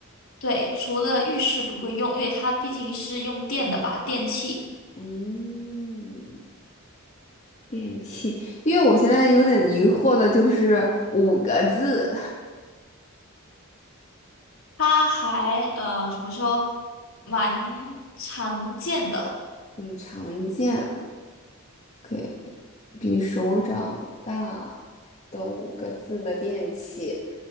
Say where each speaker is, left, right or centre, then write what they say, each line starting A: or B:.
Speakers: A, on the left; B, on the left.
A: 对，除了浴室不会用，因为它毕竟是用电的吧，电器。
B: 嗯。电器，因为我现在有点疑惑的就是五个字，
A: 它还呃怎么说，蛮常见的，
B: 很常见，可以比手掌大的五个字的电器。